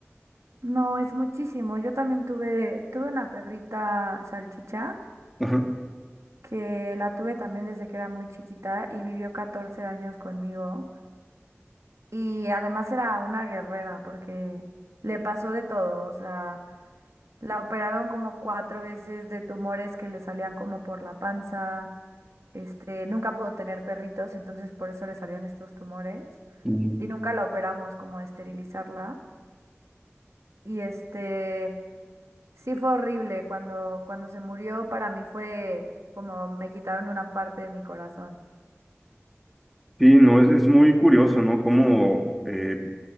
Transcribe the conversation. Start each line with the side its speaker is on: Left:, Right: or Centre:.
Right: No, es muchísimo. Yo también tuve, tuve una perrita salchicha.
Centre: Ajá.
Right: que la tuve también desde que era muy chiquita y vivió 14 años conmigo. Y además era una guerrera porque le pasó de todo, o sea, la operaron como cuatro veces de tumores que le salían como por la panza, este, nunca pudo tener perritos, entonces por eso le salían estos tumores
Centre: Mm.
Right: y nunca la operamos como de esterilizarla. Y este, sí fue horrible, cuando, cuando se murió para mí fue como me quitaron una parte de mi corazón.
Centre: Sí, no, es, es muy curioso, ¿no? Cómo, eh,